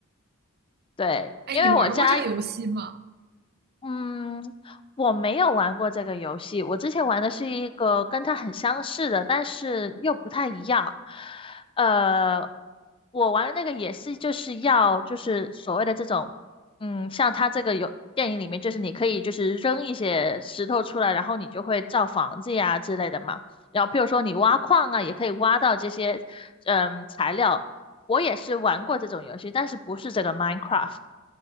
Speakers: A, on the left (about 25°); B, on the right (about 45°).
A: 对，
B: 哎，
A: 因为我家
B: 你玩过这个游戏吗？
A: 嗯，我没有玩过这个游戏，我之前玩的是一个跟它很相似的，但是又不太一样。呃，我玩的那个也是就是要就是所谓的这种，嗯，像它这个有电影里面就是你可以就是扔一些石头出来，然后你就会造房子呀之类的嘛。然后譬如说你挖矿啊，也可以挖到这些嗯材料。我也是玩过这种游戏，但是不是这个 Minecraft。